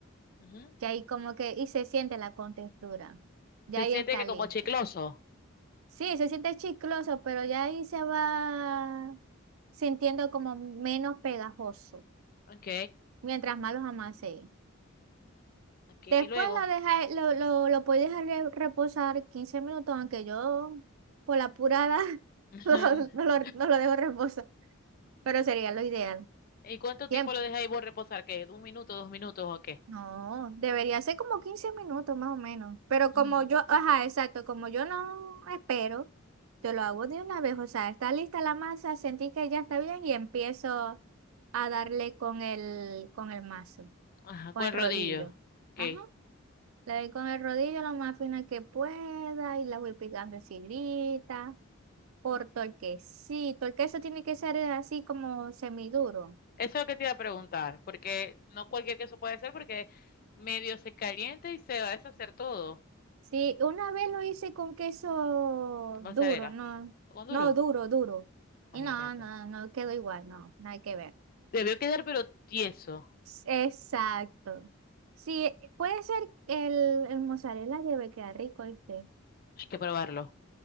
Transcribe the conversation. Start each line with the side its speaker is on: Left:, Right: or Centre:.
Left: Ujú.
Right: que ahí como que y se siente la contextura. Ya
Left: Se
Right: ahí
Left: siente
Right: está
Left: que como
Right: lista.
Left: chicloso.
Right: Sí, se siente chicloso, pero ya ahí se va sintiendo como menos pegajoso.
Left: Ok,
Right: mientras más los amasé.
Left: ok. Y
Right: Después
Left: luego.
Right: lo, deja, lo, lo, lo puedes dejar re- reposar 15 minutos, aunque yo por la apurada <laughs>
Left: <laughs>
Right: no, lo, no lo no lo dejo reposar, pero sería lo ideal.
Left: ¿Y cuánto tiempo
Right: Tiempo.
Left: lo deja ahí vos reposar? ¿Qué? ¿Un minuto, dos minutos o qué?
Right: No, debería ser como 15 minutos más o menos. Pero como
Left: Ujú.
Right: yo, ajá, exacto, como yo no espero, yo lo hago de una vez. O sea, está lista la masa, sentí que ya está bien y empiezo a darle con el, con el mazo,
Left: Ajá,
Right: con
Left: con
Right: el
Left: rodillo.
Right: rodillo.
Left: Ok.
Right: Ajá.
Left: Eso
Right: Le doy con el rodillo lo más fina que pueda y la voy picando en filita, por torquecito. El queso tiene que ser así como semiduro.
Left: es lo que te iba a preguntar, porque no cualquier queso puede ser, porque medio se calienta y se va a deshacer todo.
Right: Sí, una vez lo hice con queso
Left: Mozzarella.
Right: duro, no,
Left: Con duro.
Right: no duro, duro. Y
Left: Imagínate.
Right: no, no, no quedó igual, no, nada que ver.
Left: Debió quedar, pero tieso.
Right: Exacto. Sí, puede ser el, el mozzarella debe quedar rico, ¿viste?
Left: Hay que probarlo.